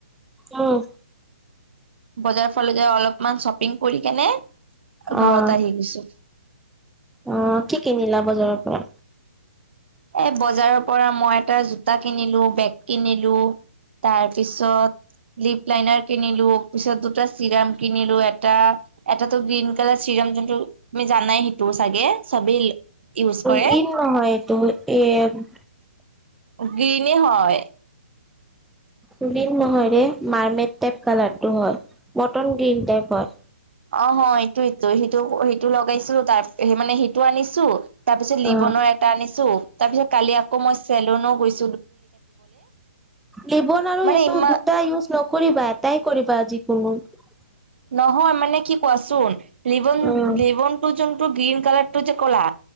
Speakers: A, in the centre; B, on the right.
A: উম,
B: বজাৰ ফালত যে, অলপমান শ্বপিং কৰি কেনে ঘৰত
A: অ',
B: আহি গৈছো।
A: অ', কি কিনিলা বজাৰৰ পৰা?
B: এ বজাৰৰ পৰা মই এটা জোতা কিনিলো বেগ কিনিলো তাৰ পিছত লিপ লাইনাৰ কিনিলো পিছত দুটা চিৰাম কিনিলো এটা এটাটো গ্ৰীনকালাৰ চিৰাম ৰাম জোনটো তুমি জানাই সেইটো চাগে, চবেই ইউজ কৰে,
A: গ্ৰীণ নহয় এইটো এ' এম।
B: গ্ৰীণো হয়।
A: উ <unintelligible> গ্ৰীণ নহয়ৰে, মাৰ্মেট টাইপ কা'লাৰটো হয়, বটল গ্ৰীণ টাইপৰ।
B: অহ এইটোটো সিটো সিটো লগাইছিলো তাৰ সেই মানে সিটো আনিছো তাৰ পিছত লিবনৰ
A: অ'।
B: এটা আনিছো, তাৰ পিছত কালি আকৌ মই চেলুনো গৈছো।
A: লিবন আৰু
B: মানে
A: এইটো
B: ইমান
A: দুটা ইউজ নকৰিবা, এটাই কৰিবা যি অ <unintelligible>
B: নহয় মানে কি কোৱাচোন লিবন
A: উম
B: লিবনতো জোনটো গ্ৰীন কালাৰ টো যে ক'লা